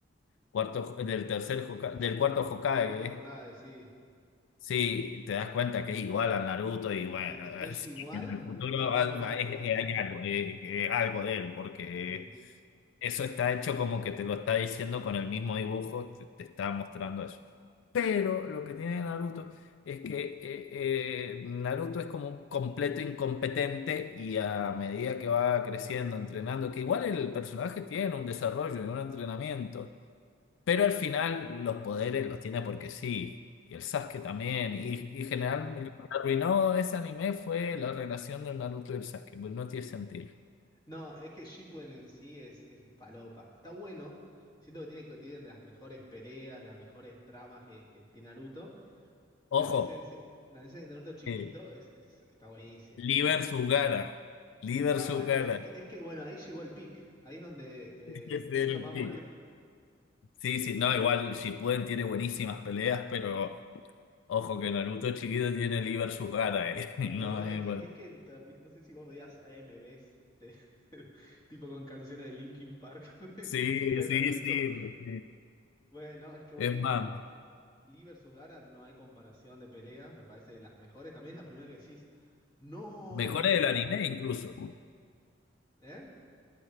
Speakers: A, on the left; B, on the left.
A: cuarto, del tercer Hokage- del cuarto Hokage,
B: De cuántos jugaba, sí.
A: Sí, te das cuenta que es igual al Naruto y bueno,
B: Sí, que,
A: <laughs>
B: que es
A: sí,
B: igual,
A: en el futuro
B: pero
A: al-
B: más grande.
A: hay, hay algo, eh, eh, algo de él, porque
B: Sí,
A: eso está hecho como que te lo está diciendo con el mismo dibujo, te, te está mostrando eso. Pero lo que tiene Naruto es que eh, eh, Naruto es como un completo incompetente y a medida que va creciendo, entrenando, que igual el personaje tiene un desarrollo y un entrenamiento. Pero al final los poderes los tiene porque sí. Y el Sasuke también. Y, y general,
B: sí.
A: lo que arruinó ese anime fue la relación del Naruto y el Sasuke. Pues no tiene sentido.
B: No, es que Shippuden en sí es, es falopa. Está bueno. Siento que tiene, que tienen las mejores peleas, las mejores tramas que, que tiene Naruto. Pero
A: Ojo,
B: la esencia, la esencia de Naruto chiquito
A: eh,
B: es, es- está buenísimo.
A: Lee versus Gaara. Lee versus
B: No, bueno,
A: Gaara.
B: pero es
A: <laughs>
B: que, es que, bueno, ahí llegó el pic. Ahí es donde eh,
A: Es
B: nunca
A: el
B: más
A: pick.
B: volvió.
A: Sí, sí, no, igual Shippuden tiene buenísimas peleas, pero ojo que Naruto chiquito tiene Lee versus Gaara. eh. <laughs>
B: No,
A: No,
B: no,
A: eh,
B: es que,
A: bueno.
B: es que tam- no sé si vos veías AMVs de <laughs> tipo con canciones de Linkin Park <laughs> en
A: Sí,
B: la pelea
A: sí,
B: de Naruto.
A: sí, sí.
B: Bueno, es que bueno,
A: Es
B: Lee,
A: más,
B: Lee versus Gaara no hay comparación de pelea, me parece de las mejores. También es la primera que decís, ¡No!
A: mejores del anime
B: <laughs>
A: incluso.
B: ¿Eh?